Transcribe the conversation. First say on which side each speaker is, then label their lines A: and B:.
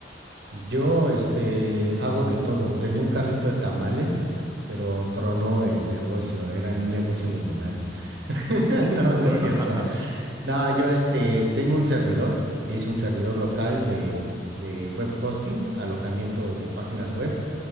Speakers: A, on the right; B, on the right.
A: Yo, este, hago de todo. Tenía un carrito de tamales, pero tronó el negocio. Era un negocio millonario. <laughs> No,
B: Bueno,
A: no es cierto.
B: <laughs> jaja.
A: No, yo este, tengo un servidor, hice un servidor local de, de web hosting, alojamiento de páginas web.